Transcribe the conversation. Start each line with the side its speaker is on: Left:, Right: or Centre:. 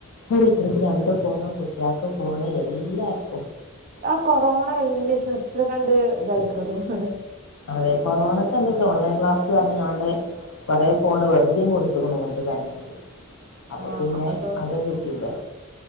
Left: ഓരോരുത്തർക്ക് രണ്ടും ഫോണും കുട്ടികൾക്ക് ഫോണ് എല്ലാവർക്കും
Right: ആ കൊറോണ കഴിഞ്ഞന്റെ ശേഷാണ് എത്ര കണ്ട് ഇതായിക്കണ തോന്നെ
Left: അതെ കൊറോണക്കെ എന്താ വച്ച ഓൺലൈൻ ക്ലാസ്സ് പറഞ്ഞ ഞാണ്ട് കൊറെേ ഫോണ് വെറുതും കൊടു ണ്ട് ഗവൺമെന്റ
Right: ആഹ്
Left: അപ്പൊ പിന്നെ
Right: അതോ
Left: അതും കിട്ടിയില്ലേ